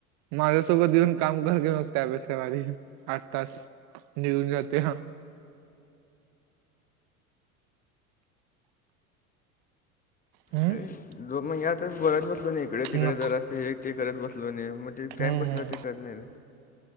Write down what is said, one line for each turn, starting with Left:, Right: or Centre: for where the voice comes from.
Right: माझ्यासोबत येऊन काम कर की मग त्यापेक्षा भारी आठ तास निघून जाते ह. हम्म
Left: अरे दो म्हणजे आता बोलत बसलो कणी इकडे तिकडे
Right: ना-
Left: जरा असत हे ते करत बसलो कणी मग ते
Right: हम्म
Left: टाईम कसं
Right: हम्म
Left: जातय कळत नाही रे.